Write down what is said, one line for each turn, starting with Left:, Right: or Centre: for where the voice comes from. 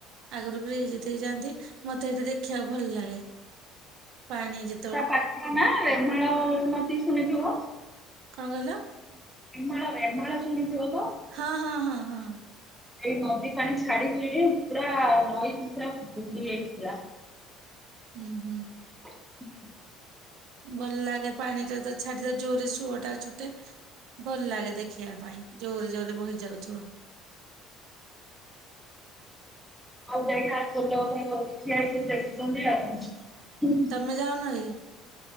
Right: ଆଗରୁ ବ୍ରିଜ ଦେଇକି ଯାଆନ୍ତି ମତେ ସେଠି ଦେଖିବାକୁ ଭଲ ଲାଗେ। ପାଣି ଯେ
Centre: ପାଖ ନା ଭଲ ନଦି ଶୁଣିଥିବ? <unintelligible>
Right: କଣ କହିଲ?
Centre: ଏମାଳା ଏମାଳା ଶୁତିଥିବ ତ?
Right: ହଁ ହଁ ହଁ ହଁ
Centre: ଏଇ ନଦୀ ପାଣି ଛାଡିକି ପୁରା ନଈ ପୁରା ବୁଡି ଯାଇଥିଲା।
Right: ହୁଁ ହୁଁ।
Centre: <unintelligible>
Right: ଭଲ ଲାଗେ ପାଣି ଟା ତ ଛାଡିଦ ଜୋଉରେ ସୁଅ ଟା ଛୁଟେ। ଭଲ ଲାଗେ ଦେଖିବା ପାଇଁ ଜୋର ଜୋରେ ବହି ଯାଉଥିବ।
Centre: ଆଉ ଦେଖା ଫୁଲ ଏଠିଆ ହେଇକି ଦେଖୁନି ଆଉ <unintelligible>
Right: ତମେ ଯାଉନ କି?